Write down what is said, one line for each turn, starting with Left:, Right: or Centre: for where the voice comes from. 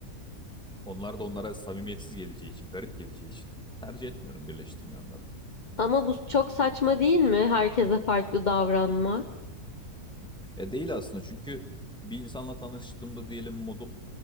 Centre: onlar da onlara samimiyetsiz geleceği için, garip geleceği için tercih etmiyorum, birleştirmiyorum onları.
Left: Ama bu çok saçma değil mi? Herkese farklı davranmak.
Centre: Ya değil aslında çünkü bir insanla tanıştığımda diyelim modum